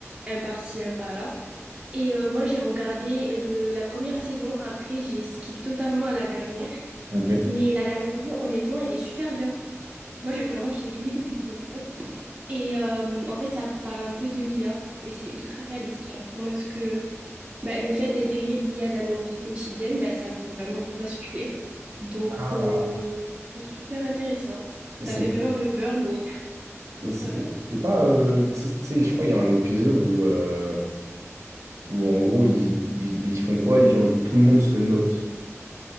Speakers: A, on the right (about 30°); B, on the right (about 80°).
A: un par-ci, un par-là. Et euh, moi, j'ai regardé le- la première saison. Après, j'ai skip totalement à la dernière.
B: Ok.
A: Mais la dernière saison, honnêtement, elle est super bien. Moi, j'ai vraiment kiffé tous les épisodes. Et euh, en fait, ça parle un peu de l'IA. Et c'est ultra réaliste. Genre, comment est-ce que bah, le fait d'intégrer de l'IA dans nos vies quotidiennes, bah, ça peut vraiment tout basculer. Donc,
B: Ah,
A: euh, c'est super intéressant.
B: mais
A: Ça
B: c'est-
A: fait même un peu peur, mais <laughs>
B: mais c'était
A: ça va.
B: c'était pas. euh, tu sais, tu sais, je crois qu'il y a un épisode où, euh, où en gros, ils, ils, ils font quoi? Ils- genre, ils- tout le monde se note.